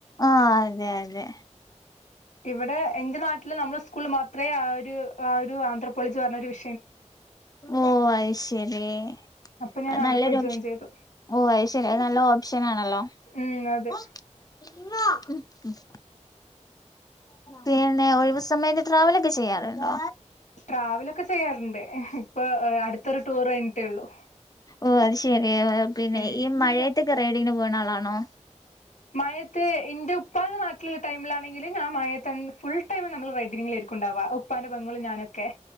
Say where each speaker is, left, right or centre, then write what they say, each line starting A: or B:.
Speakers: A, on the left (about 30°); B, on the left (about 80°).
A: ആഹ് അതെ അതെ
B: ഇവിടെ എന്റെ നാട്ടില് നമ്മളെ സ്കൂള് മാത്രേ ആ ഒരു ആ ഒരു ആന്ധ്രാപളേജ് പറഞ്ഞ ഒരു വി
A: ഓഹ് അയ് ശരീ
B: അപ്പൊ ഞാൻ
A: അത്
B: അവിടെ
A: നല്ലൊരു
B: പോയി
A: ഒപ്ഷ
B: ജോയിൻ ചെയ്തു
A: ഓഹ് അയ് ശരി അത് നല്ല ഓപ്ഷൻ ആണല്ലൊ
B: ഉം അതെ
A: <unintelligible> പിന്നെ ഒഴിവ് സമയത്ത് ട്രാവലൊക്ക ചെയ്യാറ്ണ്ടൊ?
B: ട്രാവലൊക്കെ ചെയ്യാറുണ്ട് ഇപ്പൊ അടുത്തൊരു ടൂർ കഴിഞ്ഞിട്ടേള്ളു.
A: ഓഹ് അത് ശരി പിന്നെ
B: ഉം
A: ഈ മഴേത്തൊക്കെ റൈഡിങ്ങിന് പോണ ആളാണോ?
B: മഴേത്ത് ഇന്റെ ഉപ്പാന്റെ നാട്ട്ല്ള്ള ടൈമിലാണെങ്കില് ഞാൻ മഴത്തന്നെ ഫുൾ ടൈമില് നമ്മൾ റൈഡിങ്ങിലെരിക്കും ഉണ്ടാവ ഉപ്പാന്റെ പെങ്ങളും ഞാനൊക്കെ